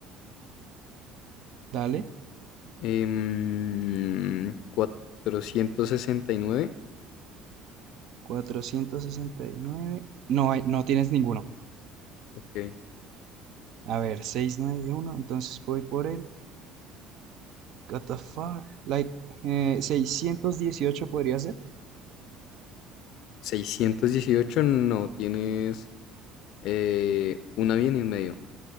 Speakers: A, on the right (about 65°); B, on the left (about 70°).
A: dale.
B: Em, 469.
A: cuatrocientos sesenta y nueve no no tienes ninguno.
B: Ok.
A: A ver, seiscientos noventa y uno Entonces voy por el What the fuck? Like, eh, 618 podría ser.
B: 618 no. Tienes eh, una bien y un medio.